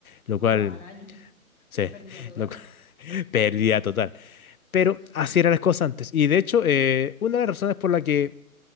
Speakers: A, on the left; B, on the left.
A: Lo
B: Wow,
A: cual,
B: al año.
A: sí,
B: Es pérdida
A: <laughs>
B: total.
A: lo cual- pérdida total.
B: Sí,
A: Pero
B: sí, sí,
A: así
B: sí.
A: eran las cosas antes. Y de hecho, eh, una de las razones por la que